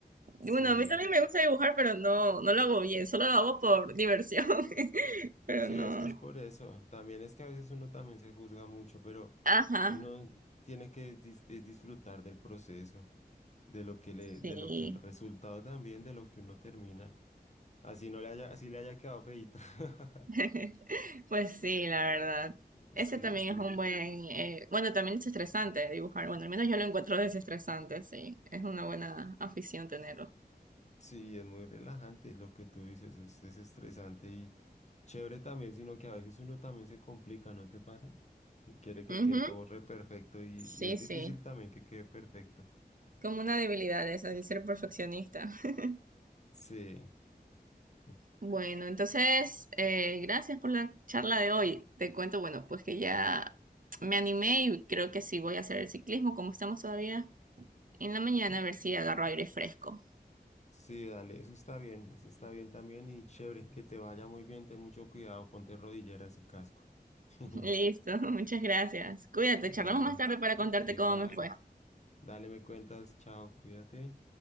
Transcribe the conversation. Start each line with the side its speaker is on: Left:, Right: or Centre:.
Right: Bueno,
Left: Sí,
Right: a mí también me gusta dibujar, pero no, no lo hago bien, solo lo hago por diversión, <laughs> pero
Left: sí,
Right: no.
Left: es que es por eso. También es que a veces uno también se juzga mucho, pero
Right: Ajá,
Left: uno tiene que dis- es disfrutar del proceso, de lo que le, de
Right: sí.
Left: lo que el resultado también, de lo que uno termina. Así no le haya, así le haya quedado feíto. <laughs>
Right: <laughs> Pues sí, la verdad. Ese
Left: Sí,
Right: también
Left: yo- yo-
Right: es un buen, eh, bueno, también es estresante dibujar. Bueno, al menos yo lo encuentro desestresante, sí. Es una buena afición tenerlo.
Left: sí, es muy relajante lo que tú dices, es desestresante y chévere también, sino que a veces uno también se complica, ¿no te pasa? Que Quiere que
Right: Ujú,
Left: quede todo re perfecto y,
Right: Sí,
Left: y es
Right: sí.
Left: difícil también que quede perfecto.
Right: Como una debilidad esa, el ser perfeccionista. <laughs>
Left: Sí, <laughs>
Right: Bueno, entonces, eh, gracias por la charla de hoy. Te cuento, bueno, pues que ya me animé y creo que sí voy a hacer el ciclismo, como estamos todavía en la mañana, a ver si agarro aire fresco.
Left: sí, dale, eso está bien, eso está bien también y chévere, que te vaya muy bien, ten mucho cuidado, ponte rodilleras y casco. <laughs>
Right: <laughs> Listo, <laughs> muchas gracias. Cuídate, charlamos
Left: Dale,
Right: más tarde para contarte
Left: igual,
Right: cómo me fue.
Left: dale, me cuentas, chao, cuídate.